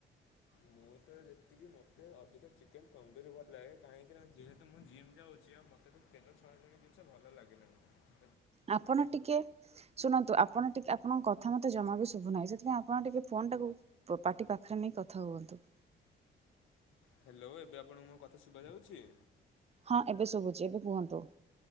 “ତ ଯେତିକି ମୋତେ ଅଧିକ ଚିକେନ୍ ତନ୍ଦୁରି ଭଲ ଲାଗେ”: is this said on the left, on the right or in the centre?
Left